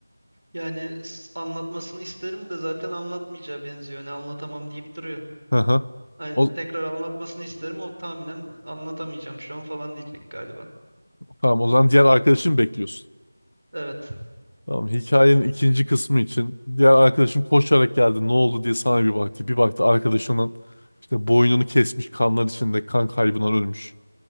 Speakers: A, on the right; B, on the left.
A: Yani s- anlatmasını isterim de zaten anlatmayacağı benziyor. Hani anlatamam deyip duruyor.
B: Hı hı.
A: Hani
B: O,
A: tekrar anlatmasını isterim o tahminen anlatamayacağım şu an falan diyecek galiba.
B: tamam o zaman diğer arkadaşını bekliyorsun.
A: Evet.
B: Tamam hikayenin ikinci kısmı için diğer arkadaşın koşarak geldi ne oldu diye sana bir baktı. Bir baktı arkadaşının işte boynunu kesmiş kanlar içinde kan kaybından ölmüş.